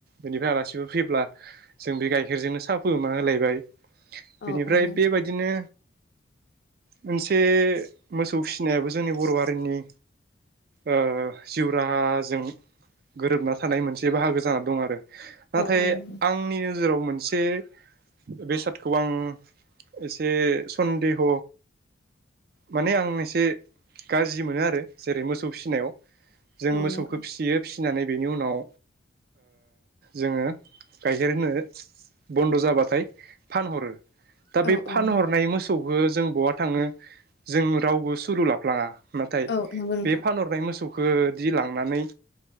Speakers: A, on the right; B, on the left.
A: बेनिफ्राय आलासिफोर फैब्ला जों बे गाइखेरजोंनो साहा फोमा होलायबाय। बेनिफ्राय
B: औ
A: बेबायदिनो मोनसे मोसौ फिसिनायाबो जोंनि बर' हारिनि ओ जिउ राहाजों गोरोबना थानाय मोनसे बाहागो जाना दं आरो नाथाय
B: औ नोंथां औ नंगौ
A: आंनि नोजोराव मोन मोनसे बे सार्टखौ आं एसे सन्देह माने आं एसे गाज्रि मोनो आरो जेरै मोसौ फिसिनायाव जों
B: औ नोंथां औ नोंथां
A: मोसौखौ फिसियो फिनानै बेनि उनाव जोङो गाइखेर होनो बन्द' जाबाथाय फानहरो दा बे
B: औ
A: फानहरनाय
B: औ नोंथां
A: मो सौहो जों बहा थाङो जों रावबो सुलु लाफ्लाङा। नाथाय
B: औ नंगौ नोंथां
A: बे फानहरनाय मोसौखौ खदि लांनानै